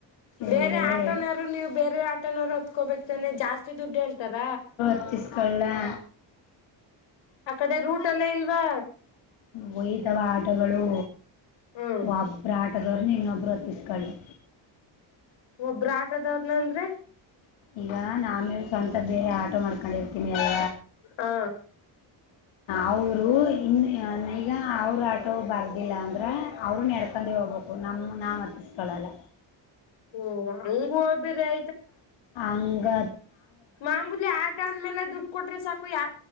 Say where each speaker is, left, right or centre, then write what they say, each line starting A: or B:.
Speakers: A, on the left; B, on the left.
A: ಬೇರೆ
B: ಇಲ್ಲವೇ
A: ಆಟೋನವರು ನೀವು ಬೇರೆ ಆಟೋನವ್ರು ಹತ್ಕೋಬೇಕಕ್ತಾನೆ ಜಾಸ್ತಿ ದುಡ್ಡು ಹೇಳ್ತಾರ
B: ಹತ್ತಿಸ್ಕಳ್ಳಾ
A: ಅ ಕಡೆ ರೂಟ್ ಅಲ್ಲೇ ಇಲ್ವಾ
B: ಹೋಯ್ತವಾ ಆಟಗಳು
A: ಹ್ಮ್
B: ಒಬ್ಬರ ಆಟದವರುನ್ನ ಇನ್ನೊಬ್ಬರು ಹೊತ್ತಿಸಕೊಳ್ಳು
A: ಒಬ್ರ ಆಟದವನ ಅಂದ್ರೆ
B: ಈಗ ನ ಆಮೇಲೆ ಸ್ವಂತ ಬೇರೆ ಆಟೋ ಮಾಡ್ಕೊಂಡಿರ್ತೀನಿ ಅಲ್
A: ಹಾ
B: ಅವರು ಇನ್ನು ಈಗ ಅವ್ರ ಆಟೋ ಬರ್ದಿಲ್ಲ ಅಂದ್ರ ಅವರು ನಡ್ಕೊಂಡ ಹೋಗ ನಮ್ಮ ನಾವು ಹತ್ತಿಸ್ಕೊಳ್ಳಲ್ಲ.
A: ಓ ಹಂಗಬೇರೆ
B: ಅಂಗ
A: ಮಾಮೂಲಿ ಆಟ ಅದ ಮೇಲೆ ದುಡ್ಡು ಕೊಟ್ರೆ ಸಾಕು ಯ